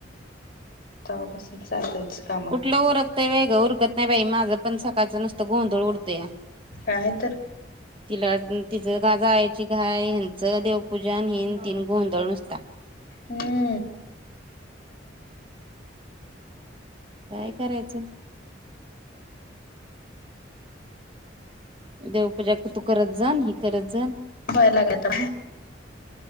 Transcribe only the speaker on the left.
तवापासून चालंयच काम
काय आहे तर
हम्म
व्हाय लागता